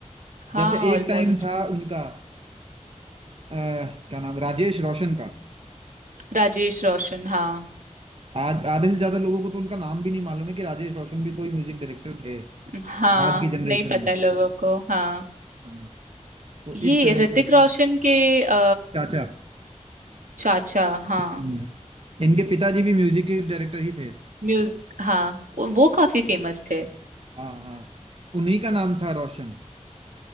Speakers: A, on the right (about 90°); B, on the right (about 50°).
A: हाँ
B: जैसे
A: ऑलमोस्ट
B: एक टाइम था उनका आ, क्या नाम राजेश रोशन का
A: राजेश रोशन हाँ
B: आज आधे से ज्यादा लोगों को तो उनका नाम भी नहीं मालूम है कि राजेश रोशन भी कोई म्यूजिक डायरेक्टर थे
A: हाँ
B: आज की जनरेशन
A: नहीं पता
B: में
A: है लोगों को हाँ
B: हाँ। तो
A: ये
B: इस तरह
A: ऋतिक
B: से
A: रोशन
B: है
A: के अ,
B: चाचा
A: चाचा हाँ
B: हम्म। इनके पिताजी भी म्यूजिक के डायरेक्टर ही थे
A: म्यूज हाँ वो वो काफी फेमस थे
B: हाँ हाँ उन्हीं का नाम था रोशन